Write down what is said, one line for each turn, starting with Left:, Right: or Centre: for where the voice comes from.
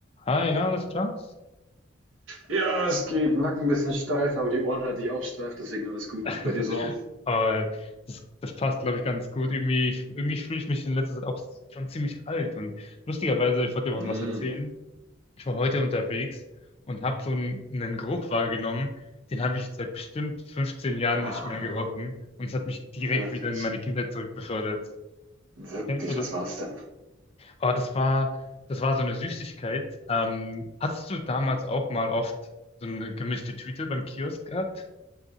Left: Hi, na, alles klar?
Right: Ja, es geht. Nacken ein bisschen steif, aber die Ohren halte ich auch steif, deswegen alles gut.
Left: <laughs>
Right: Bei dir so?
Left: Aber das, das passt, glaube ich, ganz gut. Irgendwie, ich- irgendwie fühle ich mich in letzter Zeit auch schon ziemlich alt. Und lustigerweise, ich wollte dir auch
Right: Mm.
Left: noch was erzählen. Ich war heute unterwegs und habe so einen, einen Geruch wahrgenommen, den habe ich seit bestimmt 15 Jahren
Right: Ah,
Left: nicht mehr gerochen. Und es hat mich direkt
Right: Wirklich,
Left: wieder in meine Kindheit zurückbefördert.
Right: wirklich,
Left: Kennst du das?
Right: was war's denn?
Left: Oh, das war, das war so eine Süßigkeit. Ähm, hattest du damals auch mal oft so eine gemischte Tüte beim Kiosk gehabt?